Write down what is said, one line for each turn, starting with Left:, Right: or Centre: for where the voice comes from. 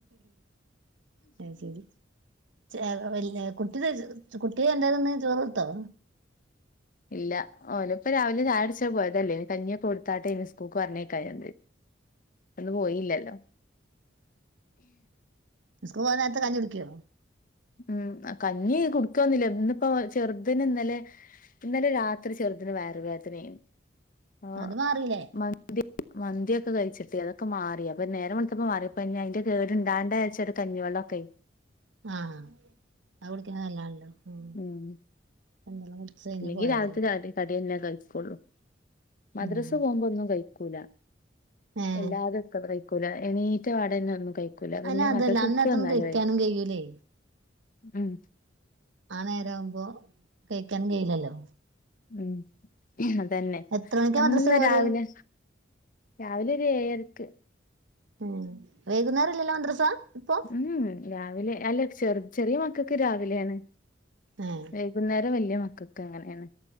Right: അത് ശരി ച വല്ല കുട്ടി ത കുട്ടി എന്താതിന്ന് ചോറോടുത്തോ?
Left: ഇല്ല ഓല ഇപ്പോ രാവിലെ ചായ കുടിച്ച പോയതല്ലേ ഇനി കഞ്ഞി ഒക്കെ കൊടുത്താട്ടെ ഇനി സ്കൂക്ക് പറഞ്ഞേക്ക എ അന്ന് പോയില്ലല്ലോ
Right: സ്കൂളി പോക നേരത്തെ കഞ്ഞി കുടിക്കോ?
Left: ഉം കഞ്ഞി കുടുക്കന്നില്ല ഇന്നിപ്പോ ചെറുതന് ഇന്നലെ ഇന്നലെ രാത്രി ചെറുതിന് വേയർ വേതന അയിന്ന് ആ
Right: അത് മാറില്ലേ
Left: മതി മന്തി ഒക്കെ കഴിച്ചിട്ടി അതൊക്കെ മാറി അപ്പോ നേരം വെളുത്തപ്പോ വിളടുത്തപ്പ മാറി ഇനി ഇപ്പൊ അയിന്റെ കേടു ഇണ്ടാവണ്ട വെച്ച അത് കഞ്ഞി വെള്ളക്ക്
Right: ആ ഹ അത് കുടിക്കണ നല്ലാണല്ലോ. ഉം
Left: ഉം
Right: കഞ്ഞിവെള്ളം കുടിച്ച് കഴിഞ്ഞ്
Left: അല്ലെങ്കി
Right: പോയാല്
Left: രാവിലത്തെ കടന്നെ കഴിക്കുള്ളൂ. മദ്രസ
Right: ആഹ്
Left: പോകുമ്പോ ഒന്നും കഴിക്കൂല.
Right: ഏഹ്
Left: എല്ലാതും ഒക്ക കഴിക്കൂല എനീറ്റ വാടന്നെ ഒന്നും കഴി കൂല പിന്നെ
Right: അയിന് അതല്ല
Left: മദരസ വുട്ട്
Right: അന്നേരത്തൊന്നും
Left: വന്നാലോ
Right: കഴിക്കാനും കഴിയൂലേ
Left: ഉം
Right: ആ നേരവുമ്പോ കഴിക്കാൻ കയിലല്ലോ.
Left: ഉം അതന്നെ
Right: എത്ര മണിക്കാ
Left: അന്ന്
Right: മദ്രസ പോവല്
Left: രാവിലെ രാവിലെ ഒരു ഏഴരക്ക്.
Right: ഉം വേഗുന്നേരല്ലെല്ല മദ്രസ. ഇപ്പൊ
Left: ഉം രാവിലെ അല്ല ചെറ ചെറിയ മക്കൊക്ക് രാവിലെണ്.
Right: ഏഹ്
Left: വൈകുന്നേരം വലിയ മക്കക്ക് അങ്ങനെണ്.